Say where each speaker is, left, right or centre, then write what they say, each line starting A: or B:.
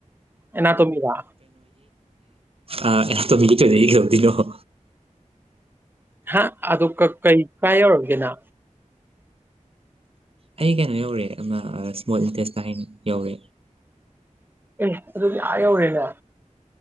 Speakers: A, on the right (about 15°); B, on the right (about 45°).
A: ꯑꯦꯅꯥ ꯇ ꯃꯤꯗꯥ
B: ꯑꯣ ꯃꯤꯒꯗꯅꯣ
A: ꯍꯥ ꯑꯗꯨ ꯀꯩ ꯀꯥꯏ ꯑꯣꯏꯔꯒꯦꯅ
B: ꯑꯩ ꯀꯩꯅꯣ ꯌꯧꯔꯦ ꯑꯃ ꯏꯁꯃꯣꯜ ꯏꯟꯇꯦꯁꯇ ꯍꯥꯏꯅ ꯌꯧꯔꯦ
A: ꯑꯗꯨ ꯑꯗꯨ ꯑꯔꯦꯅ